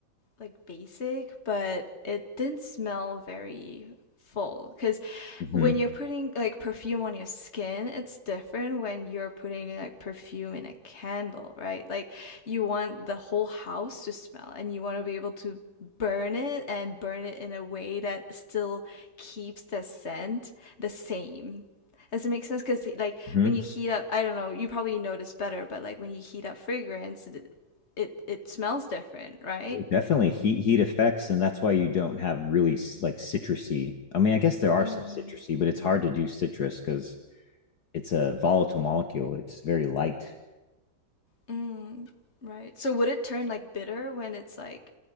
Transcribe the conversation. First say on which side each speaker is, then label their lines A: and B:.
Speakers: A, on the left; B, on the left.
A: like basic, but it didn't smell very full because
B: hmm
A: when you're putting like perfume on your skin it's different when you're putting like perfume in a candle right like you want the whole house to smell and you want to be able to burn it and burn it in a way that still keeps the scent the same does it make sense because like
B: hmm
A: when you heat up i don't know you probably notice better but like when you heat up fragrance it it, it smells different right
B: Definitely heat heat effects, and that's why you don't have really s- like citrusy. I mean, I guess there are
A: hmm
B: some citrusy, but it's hard to do citrus because it's a volatile molecule. It's very light.
A: Mm, right. So would it turn like bitter when it's like